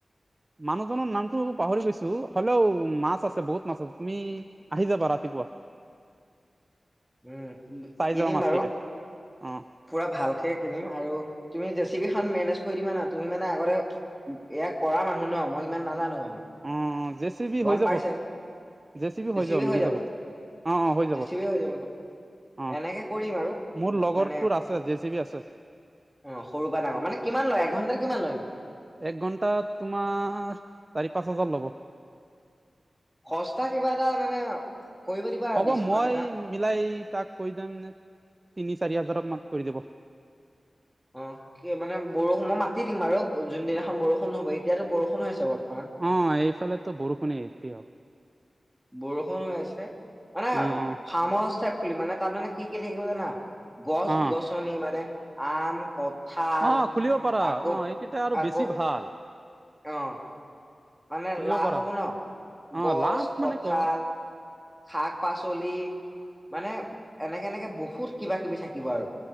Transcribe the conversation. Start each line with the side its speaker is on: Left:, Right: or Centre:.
Right: মানুহজন নামটো পাহৰি গৈছোঁ। হ'লেও মাছ আছে, বহুত মাছ আছে। তুমি আহি যাবা ৰাতিপুৱা।
Centre: উম,
Right: চাই
Centre: কিনিম
Right: যাবা মাছকেইটা
Centre: বাৰু।
Right: অ',
Centre: পুৰা ভালকে কিনিম আৰু তুমি জেচিবি খন মেনেজ কৰি দিবা না তুমি মানে আগতে ইয়াক কৰা মানুহ ন মই ইমান নাজানোঁ মানে।
Right: অ', জে চি বি
Centre: গ'ম
Right: হৈ যাব
Centre: পাইছাই
Right: জে চি বি
Centre: বেছিহে
Right: মিলি
Centre: হৈ যাব।
Right: অ', অ', হৈ
Centre: জেছিবিয়ে হৈ যাব ন।
Right: অ',
Centre: এনেকে কৰিম আৰু
Right: মোৰ লগৰটোৰ
Centre: মানে।
Right: আছে জে চি বি আছে
Centre: অভসৰু পা ডাঙৰ। মানে কিমান লয় এঘণ্টা কিমান লয় নো?
Right: এক ঘন্টাত তোমাৰ চাৰি পাঁচ হাজাৰ ল'ব।
Centre: সস্তা কিবা এটা মানে কৰিব দিবা আৰু
Right: হ'ব
Centre: ডিচকাউণ্ট
Right: মই
Centre: এটা
Right: মিলাই তাক কৈ যাম তিনি চাৰি হাজাৰক মানত কৰি দিব।
Centre: অঁ কিন্তু মানে বৰষুণ মই মাতি দিম আৰু, যোনদিনাখন বৰষুণ হ'ব এতিয়াতো বৰষুণ হৈছে বৰ্তমান।
Right: অঁ, এইফালে ত বৰষুণ এৰিলে আও।
Centre: বৰষুণ হৈ আছে মানে,
Right: অ', অ',
Centre: ফাৰ্ম হাউচ টাইপ খুলিম মানে তাত মানে কি কি থাকিব জানা। গছ
Right: অ',
Centre: গছনি মানে আম, কঁঠাল
Right: অ', খুলিব পাৰা
Centre: আকৌ
Right: অ', এইকেইটা আৰু
Centre: আকৌ
Right: বেছি ভাল
Centre: অঁ। মানে
Right: খুলিব
Centre: লাভ
Right: পাৰা
Centre: হ'ব ন
Right: অ',
Centre: গছ
Right: লাভ
Centre: কঁঠাল।
Right: মানে ক
Centre: শাক পাচলি। মানে এনেকে এনেকে বহুত কিবা কিবি থাকিব আৰু।